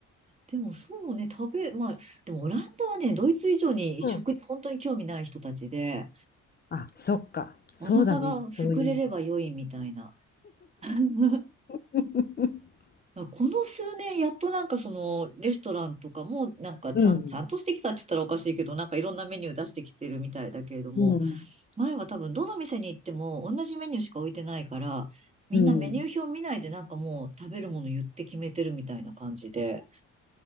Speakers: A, on the right; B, on the left.
A: でも、そうね、食べ、まあ、でもオランダはね、ドイツ以上に食に本当に興味ない人たちで、
B: うん。あ、そっか。そうだね。
A: お腹が膨れれば良いみたいな。
B: そういう意味。
A: <laughs>
B: <laughs>
A: あこの数年、やっとなんかその、レストランとかも、なんかちゃん、
B: うん。
A: ちゃんとしてきたって言ったらおかしいけど、なんかいろんなメニュー出してきてるみたいだけれども、
B: うん。
A: 前は多分どの店に行っても同じメニューしか置いてないから、みんなメニュー表見ないでなんかもう食べるもの言って決めてるみたいな感じで、
B: うん。